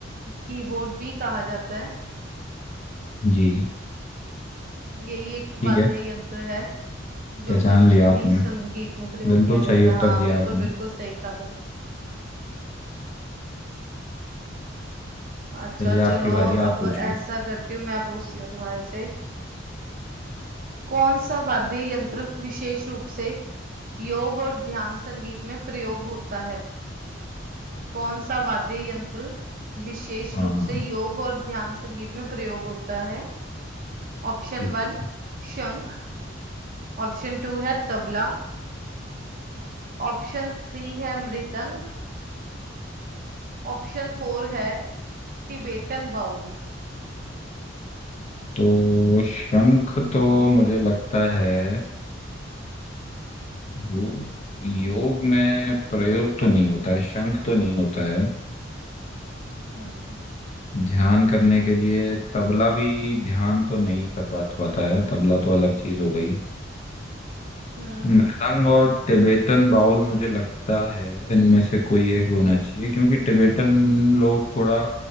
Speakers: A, on the right; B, on the left.
A: कीबोर्ड भी कहा जाता है
B: जी
A: यही एक
B: ठीक
A: वाद्य
B: है
A: यंत्र है
B: पहचान
A: जो पश्चिमी
B: लिया आपने
A: संगीत में प्रयोग
B: बिल्कुल
A: किया जाता
B: सही
A: है
B: उत्तर
A: हाँ
B: दिया
A: बिल्कुल
B: आपने
A: बिल्कुल सही कहा तुमने अच्छा
B: चलिए
A: चलो
B: आपकी बारी है, आप
A: अब
B: पूछिए
A: ऐसा करती हूँ मैं पूछती हूँ तुम्हारे से कौन सा वाद्य यंत्र विशेष रूप से योग और ध्यान संगीत में प्रयोग होता है कौन सा वाद्य यंत्र विशेष
B: हाँ
A: रूप
B: हाँ
A: से योग और ध्यान संगीत में प्रयोग होता है ऑप्शन
B: ठीक
A: वन
B: है
A: शंख ऑप्शन टू है तबला ऑप्शन थ्री है मृदंग ऑप्शन फोर है टिबेटन बाउल
B: तो शंख तो मुझे लगता है रू योग में प्रयोग तो नहीं होता है शंख तो नहीं होता है
A: हम्म
B: ध्यान करने के लिए तबला भी ध्यान तो नहीं कर पाता पाता है तबला तो अलग चीज हो गई
A: हम्म
B: मृदंग और टिबेटन बाउल मुझे लगता है इनमें से कोई एक होना चाहिए क्योंकि टिबेटन लोग थोड़ा